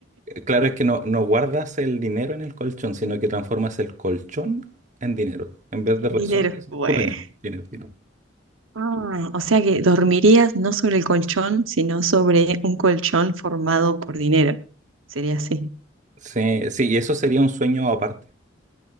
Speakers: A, on the right (about 35°); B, on the right (about 80°).
A: Claro, es que no, no guardas el dinero en el colchón, sino que transformas el colchón en dinero. En vez
B: <laughs>
A: de resortes,
B: Dinero. Bueno.
A: puro dinero. Dinero, dinero.
B: Ah, o sea que dormirías no sobre el colchón, sino sobre un colchón formado por dinero. Sería así.
A: Sí, sí, y eso sería un sueño aparte.